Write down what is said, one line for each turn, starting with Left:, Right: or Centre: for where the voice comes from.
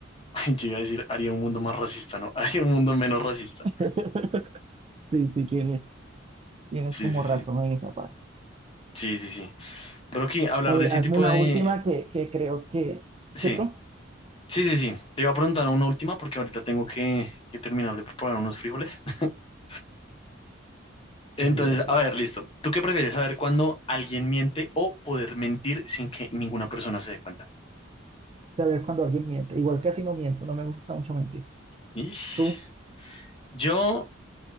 Left: Ay, yo iba a decir, haría un mundo más racista, ¿no? <laughs> Haría un mundo menos racista.
Right: <laughs> Sí, sí, tienes, tienes
Left: Sí,
Right: como
Left: sí,
Right: razón
Left: sí.
Right: en esa parte.
Left: Sí, sí, sí. Brocky, hablar
Right: A ver,
Left: de ese
Right: hazme
Left: tipo
Right: una
Left: de...
Right: última que, que creo que...
Left: Sí,
Right: ¿Cierto?
Left: sí, sí, sí. Te iba a preguntar una última porque ahorita tengo que, que terminar de preparar unos frijoles. <laughs> Entonces,
Right: Dale, dale,
Left: a
Right: dale.
Left: ver, listo. ¿Tú qué prefieres saber cuando alguien miente o poder mentir sin que ninguna persona se dé cuenta?
Right: Saber cuando alguien miente. Igual casi no miento, no me gusta mucho mentir.
Left: Ish.
Right: ¿Tú?
Left: Yo,